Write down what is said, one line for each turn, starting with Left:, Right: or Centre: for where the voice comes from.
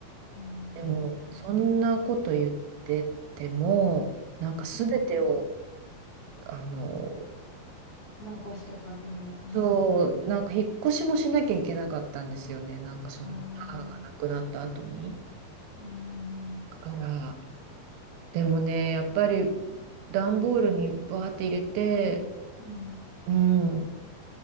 Left: うん、
Right: でも、そんなこと言ってても、なんか全てを、
Left: うん
Right: あの、
Left: 残しとくわけにはいかないしね。
Right: そう、なんか引っ越しもしなきゃいけなかったんですよね、なんかその母が亡くなった後に。
Left: ああ、うん、
Right: だから、でもね、やっぱり段ボールにバーって入れて、
Left: うん。
Right: うん、